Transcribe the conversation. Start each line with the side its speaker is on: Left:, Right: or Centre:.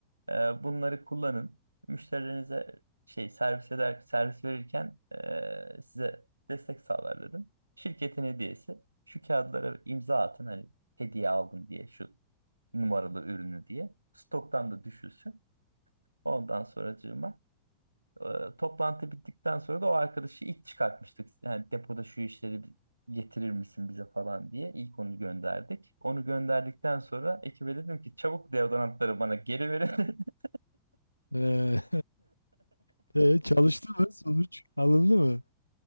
Right: Ee, bunları kullanın. Müşterilerinize şey servis eder servis verirken e, size destek sağlar dedim. Şirketin hediyesi şu kağıtlara imza atın hani hediye aldım diye şu numaralı ürünü diye. Stoktan da düşülsün. Ondan sonracığıma e, toplantı bittikten sonra da o arkadaşı ilk çıkartmıştık. Yani depoda şu işleri bi- getirir misin bize falan diye ilk onu gönderdik. Onu gönderdikten sonra ekibe dedim ki çabuk deodorantları bana geri verin. <laughs>
Left: Ee, <laughs> e, çalıştı mı sonuç alındı mı?